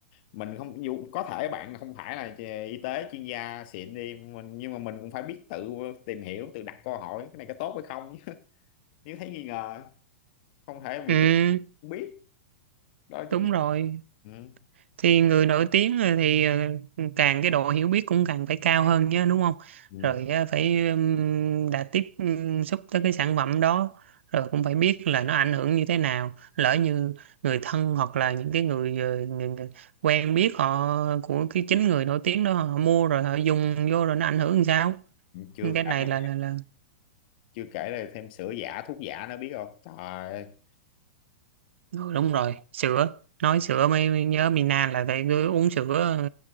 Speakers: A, on the left; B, on the right.
A: mình không dù có thể bạn không phải là y tế chuyên gia xịn đi mình nhưng mà mình cũng phải biết tự tìm hiểu tự đặt câu hỏi cái này có tốt hay không nếu thấy nghi ngờ không thể bị
B: ừ
A: tìm không biết đó là trách
B: đúng
A: nhiệm
B: rồi
A: ừ.
B: thì người nổi tiếng ờ, thì ờ, càng cái độ hiểu biết cũng càng phải cao hơn nhé đúng không
A: Ừ.
B: rồi ờ, phải ừm, đã tiếp ừm, xúc tới cái sản phẩm đó rồi cũng phải biết là nó ảnh hưởng như thế nào lỡ như người thân hoặc là những cái người, ờ, người, người quen biết họ của cái chính người nổi tiếng đó họ mua rồi họ dùng vô rồi nó ảnh hưởng làm sao
A: chưa
B: cái này
A: kể
B: là là, là
A: chưa kể là thêm sữa giả thuốc giả nữa biết không trời ơi đúng
B: ừ, đúng rồi sữa nói sữa mới mới nhớ Mina là phải cứ uống sữa ờ,